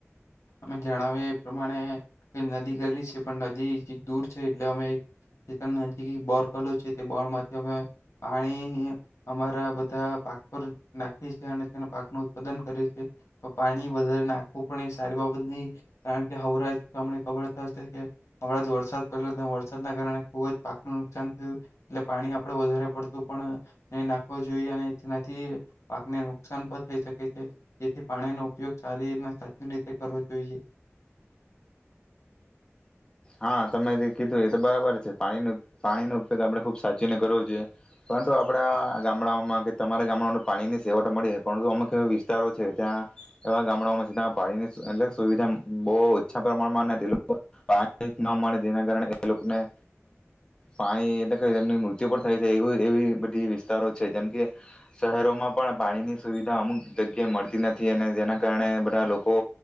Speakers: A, on the left; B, on the left.
A: અમે જણાવીએ એ પ્રમાણે, નદી કરેલી છે પણ નદી દૂર છે, એટલે અમે નજીક બોર કર છે તે બોર માંથી અમે પાણી, અમારા બધા પાક પર નાખીએ છે અને તે પાકનું ઉત્પાદન કરે છે, પાણી વધારે નાખવું પણ સારી બાબત નહી, કારણ કે હ જ તમને ખબર થશે કે, હણા જ વરસાદ પડેલો વરસાદના કારણે ખૂબ જ પાકનું નુકસાન થયું, એટલે પાણી આપડ વધારે પડતું પણ નહીં નાખવું જોઈએ અને તેનાથી પાકને નુકસાન પણ થઈ શકે છે, જેથી પાણીનો ઉપયોગ શારી સાચી રીતે- રવો જોઈએ.
B: હા તમે જે કીધું એ તો બરાબર છે પાણીનું પાણીનો ઉપયોગ આપણે ખુબ સાચીને કરવો જોઈએ, પરંતુ આપડા ગામડાઓમાં કે તમારા ગામડાઓમાં પાણીની સેવટ મળી પરંતુ અમુક એવા વિસ્તારો છે ત્યાં, એવા ગામડાઓમાં સીધા પાણીની એટલે સુવિધા બહુ ઓછા પ્રમાણમાં નથી ન મળે જેના કારણે એ લોકોનેમ, પાણી એટલે કે એની મૃત્યુ પણ થાય છે એવી એવી બધી વિસ્તારો છે, જેમ કે શહેરોમાં પણ પાણીની સુવિધા અમુક જગ્યાએ મળતી નથી અને જેના કારણે બધા લોકો,